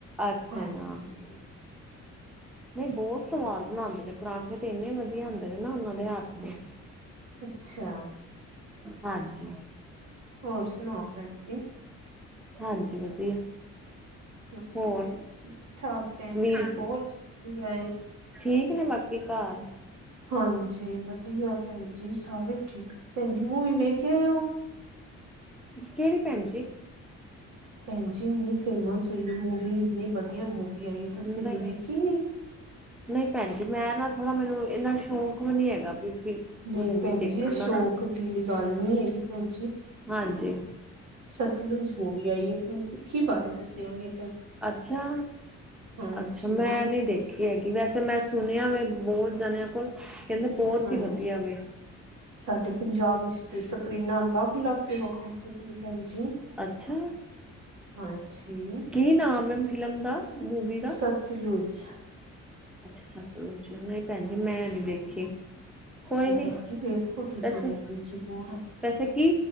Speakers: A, in the centre; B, on the right (about 70°).
A: ਅੱਛਾ
B: ਹਾਂਜੀ
A: ਨਹੀਂ ਬਹੁਤ ਸਵਾਦ ਬਣਾਉਂਦੇ ਨੇ ਪਰਾਂਠੇ ਤੇ ਇੰਨੇ ਵਧੀਆ ਹੁੰਦੇ ਨੇ ਨਾ ਉਹਨਾਂ ਦੇ ਹੱਥ ਦੇ
B: ਅੱਛਾ
A: ਹਾਂਜੀ
B: ਹੋਰ ਸੁਣਾਓ ਭੈਣ ਜੀ
A: ਹਾਂਜੀ ਵਧੀਆ
B: ਹਾਂਜੀ
A: ਹੋਰ
B: ਠੀਕ ਠਾਕ ਭੈਣ
A: ਵੀਰ
B: ਜੀ ਬਹੁਤ ਏ
A: ਠੀਕ ਨੇ ਬਾਕੀ ਘਰ
B: ਹਾਂਜੀ ਵਧੀਆ ਭੈਣ ਜੀ ਸਾਰੇ ਠੀਕ ਭੈਣ ਜੀ ਮੂੰਵੀ ਵੇਖ ਆਏ ਹੋ
A: ਕਿਹੜੀ ਭੈਣ ਜੀ
B: ਭੈਣ ਜ ਇੰਨੀ ਫੇਮਸ ਹੋਈ ਮੂਵੀ ਇੰਨੀ ਵਧੀਆ ਮੂਵੀ ਆਈ ਤੁਸੀਂ
A: ਨਹੀਂ
B: ਦੇ ਵੇਖੀ ਨੀ
A: ਨਹੀਂ ਭੈਣ ਜੀ ਮੈਂ ਨਾ ਥੋੜਾ ਮੈਨੂੰ ਇੰਨਾ ਸ਼ੌਕ ਵੀ ਨੀ ਹੈਗਾ ਵੀ
B: ਨਹੀਂ
A: ਮੂਵੀ
B: ਭੈਣ
A: ਦੇਖਣ
B: ਜੀ ਇਹ ਸ਼ੌਕ
A: ਦਾ ਨਾ
B: ਦੀ ਗੱਲ ਨੀ ਹੈਗੀ ਭੈਣ ਜੀ
A: ਹਾਂਜੀ
B: ਸਤਲੁਜ ਹੋ ਵੀ ਆਈਏ ਆਪਣੀ ਸਿੱਖੀ ਬਾਰੇ ਦੱਸਿਆਗੇ
A: ਅੱਛਾ
B: ਹਾਂਜੀ
A: ਅੱਛਾ ਮੈਂ ਨਹੀਂ ਦੇਖ ੀ ਹੈਗੀ ਵੈਸੇ ਮੈਂ ਸੁਣਿਆ ਵ ਬਹੁਤ ਜਣਿਆਂ ਕੋਲ ਕਹਿੰਦੇ ਬਹੁਤ
B: ਹਾਂਜੀ
A: ਹੀ ਵਧੀਆ ਵ
B: ਸਾਡੇ ਪੰਜਾਬ ਵਿੱਚ ਸਕਰੀਨਾਂ ਅਲੱਗ ਅਲੱਗ ਕੇ ਵਿਖਾਉਦੇ ਪ ਨੇ ਭੈਣ ਜੀ
A: ਅੱਛਾ
B: ਹਾਂਜੀ
A: ਕੀ ਨਾਮ ਹੈ ਫਿਲਮ ਦਾ ਮੂਵੀ ਦਾ
B: ਸਤਲੁਜ
A: ਅੱਛਾ ਸਤਲੁਜ ਨਹੀਂ ਭੈਣ ਜੀ ਮੈਂ ਨੀ ਦੇਖੀ ਕੋਈ ਨੀ
B: ਭੈਣ ਜਜੀ ਵੇਖੋ ਤੁਸੀਂ
A: ਵੈਸੇ
B: ਮੂੰ ਜ਼ਰੂਰ
A: ਵੈਸੇ ਕੀ